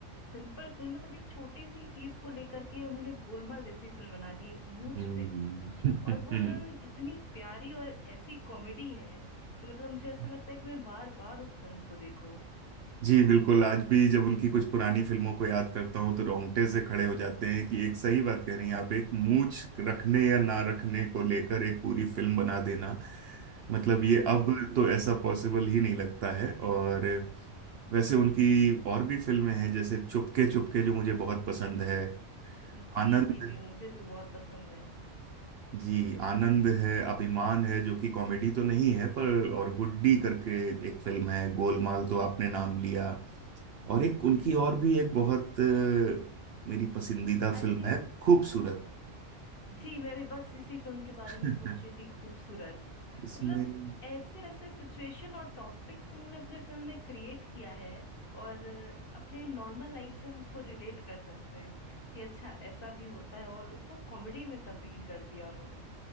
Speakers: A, on the left (about 45°); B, on the right (about 60°).
A: सिंपल फिल्म मतलब एक छोटी सी चीज को लेकर के उन्होंने गोलमाल जैसी फिल्म बना ली एक मूंछ
B: हम्म
A: पे और वो फिल्म इतनी प्यारी और ऐसी कॉमेडी है कि मतलब मुझे ऐसा
B: <laughs>
A: लगता है कि मैं बार बार उस फिल्म को देखूं
B: जी बिल्कुल आज भी जब उनकी कुछ पुरानी फिल्मों को याद करता हूँ तो रोंगटे से खड़े हो जाते हैं कि एक सही बात कह रही हैं आप एक मूंछ रखने या ना रखने को लेकर एक पूरी फिल्म बना देना मतलब ये अब
A: जी
B: तो ऐसा पॉसिबल ही नहीं लगता है और वैसे उनकी और भी फिल्में हैं जैसे चुपके चुपके जो मुझे बहुत पसंद है
A: जी
B: आनंद
A: जी जी मुझे भी बहुत पसंद है
B: जी आनंद है अभिमान है जो कि कॉमेडी तो नहीं है पर और गुड्डी करके एक फिल्म है गोलमाल तो आपने नाम लिया और एक उनकी
A: जी
B: और भी एक बहुत अ, मेरी पसंदीदा
A: आई
B: फिल्म
A: थिंक
B: है खूबसूरत
A: जी मैं भी बस इसी फिल्म के बारे
B: <laughs>
A: में सोच रही थी खूबसूरत
B: इसमें
A: मतलब ऐसे ऐसे सिचुएशन और टॉपिक्स उन्होंने अपने फिल्म में क्रिएट किया है और अपने नॉर्मल लाइफ से हम उसको रिलेट कर सकते हैं कि अच्छा ऐसा भी होता है और उसको कॉमेडी में तब्दील कर दिया उन्होंने